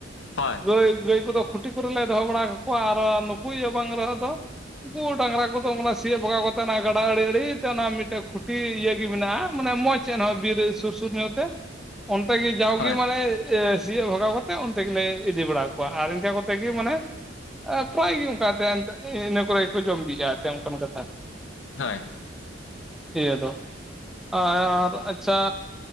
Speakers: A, on the left; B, in the centre.
A: ᱦᱚᱭ ᱾
B: ᱜᱟᱹᱭ ᱜᱟᱹᱭ ᱠᱚᱫᱚ ᱠᱷᱩᱴᱤ ᱠᱚᱨᱮ ᱞᱮ ᱫᱚᱦᱚ ᱵᱟᱲᱟ ᱠᱟᱠᱚᱣᱟ ᱟᱨ ᱱᱩᱠᱩ ᱫᱚ ᱵᱟᱝ ᱨᱮᱦᱚᱸ ᱫᱚ ᱩᱱᱠᱩ ᱰᱟᱝᱨᱟ ᱠᱚ ᱫᱚ ᱚᱱᱟ ᱥᱤᱭᱳᱜ ᱵᱷᱟᱜᱟᱣ ᱠᱟᱛᱮ ᱚᱱᱟ ᱜᱟᱰᱟ ᱟᱲᱮ ᱟᱲᱮ ᱛᱮ ᱚᱱᱟ ᱢᱤᱫ ᱴᱮᱱ ᱠᱷᱩᱴᱤ ᱤᱭᱟᱹ ᱜᱮ ᱢᱮᱱᱟᱜᱼᱟ᱾ ᱢᱟᱱᱮ ᱢᱚᱡᱽ ᱪᱮᱫ ᱦᱚᱸ ᱵᱤᱨ ᱥᱩᱨ ᱥᱩᱨ ᱧᱚᱜ ᱛᱮ ᱾
A: <inaudible>
B: ᱚᱱᱛᱮ ᱜᱮ ᱡᱟᱣᱜᱮ
A: ᱦᱳᱭ
B: ᱢᱟᱱᱮ ᱟᱻᱥᱤᱭᱚᱜ ᱵᱷᱟᱜᱟᱣ ᱠᱟ ᱛᱮ ᱚᱱᱛᱮ ᱜᱮᱞᱮ ᱤᱫᱤ ᱵᱟᱲᱟᱣ ᱠᱚᱣᱟ ᱟᱨ ᱤᱱᱠᱟ ᱠᱚᱛᱮ ᱜᱮ ᱢᱟᱱᱮ ᱯᱨᱟᱭ ᱜᱮ ᱚᱱᱠᱟ ᱮᱱᱛᱮᱫ ᱤᱱᱟᱹ ᱠᱚᱨᱮ ᱜᱮᱠᱚ ᱡᱚᱢ ᱵᱤᱼᱟ ᱮᱱᱛᱮᱫ ᱚᱱᱠᱟᱱ ᱠᱟᱛᱷᱟ
A: ᱦᱚᱭ
B: ᱤᱭᱟᱹ ᱫᱚ ᱟᱨ ᱟᱪᱪᱷᱟ